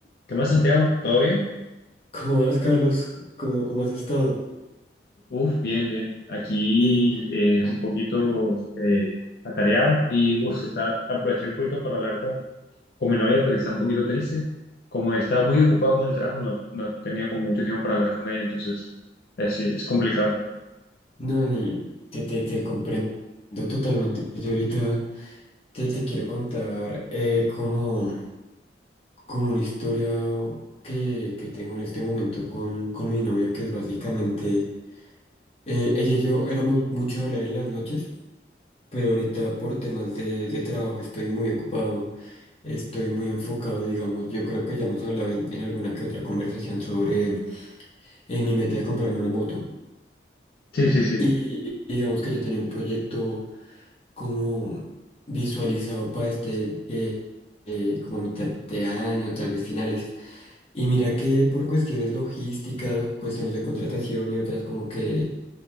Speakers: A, on the left (about 55°); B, on the left (about 35°).
A: ¿Qué más, Santiago? ¿Todo bien?
B: ¿Cómo vas, Carlos? ¿Cómo, cómo has estado?
A: Uf, bien, bien. Aquí
B: Bien.
A: eh, es un poquito eh, atareado y uf, está, aproveché un poquito para hablar con, con mi novia porque está un poquito triste. Como estaba muy ocupado con el trabajo, no, no tenía como mucho tiempo para hablar con ella, entonces eh, sí, es complicado.
B: No, ni te, te, te comprendo totalmente. Yo ahorita te, te quiero contar eh, como, como una historia que, que tengo en este momento con, con mi novia, que es básicamente, eh, ella y yo éramos mucho a hablar en las noches, pero ahorita por temas de, de trabajo estoy muy ocupado, estoy muy enfocado, digamos. Yo creo que ya hemos hablado en, en alguna que otra conversación sobre eh, mi meta de comprarme una moto.
A: Sí, sí, sí.
B: Y, y digamos que yo tenía un proyecto como visualizado para este, eh, eh, como mitad de año, tal vez finales. Y mira que por cuestiones logísticas, cuestiones de contratación y otras como que,